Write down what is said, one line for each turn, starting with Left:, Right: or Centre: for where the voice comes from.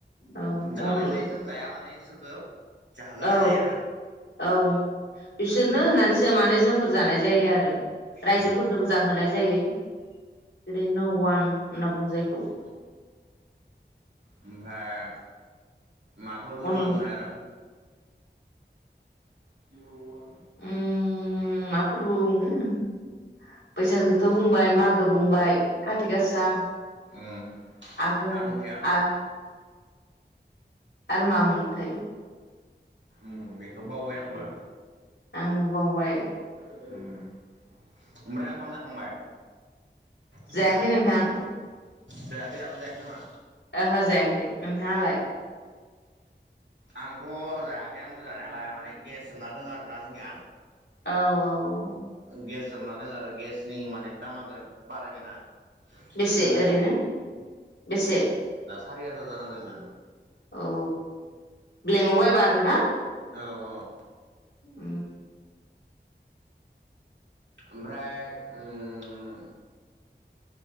Left: औ
Right: जानाय जायो जों जाया माने इसोरखौ जाहोग्रोनाय
Left: औ
Right: जायो आरो
Left: औ बिसोरनो
Right: उम
Left: होनानैसो माने जों फोर जानाय जायो आरो रायजोफोरनोबो
Right: उम
Left: जाहोनाय जायो जेरै न' वान ना बुङो जायखौ
Right: <unintelligible> ओमफाय माफोर
Left: अन
Right: <unintelligible> आरो <unintelligible> <unintelligible>
Left: ओम मा फोरबो बुंगोन बैसागोखौथ'
Right: उम
Left: बुंबाय मागो बुंबाय कारति गासा
Right: उम
Left: आघोन
Right: आरो मोनसेया
Left: आर आरो मामोनथाय
Right: उम बेखौ बावबाय आंबो
Left: आंबो बावबाय
Right: ओम आमफ्राय ओंखाम जाखांबाय <unintelligible>
Left: जायाखै नोंथां
Right: बेहा दाबो जायाखै नामा
Left: आहो जायाखै नोंथाङालाय
Right: आंथ' जायाखै आंबो जानायालाय माने गेस जोबना दों आरोना जोंनिया
Left: औ औ औ
Right: गेस होबना दङो गेसनि माने दामा बिराद बारायबायना?
Left: बेसे
Right: सोनो
Left: ओरैनो
Right: हायाखै।
Left: बेसे
Right: सारि हाजार जाना दोङो।
Left: औ ब्लेंङाव बायबा आरो ना?
Right: औ औ
Left: उम
Right: ओमफ्राय उम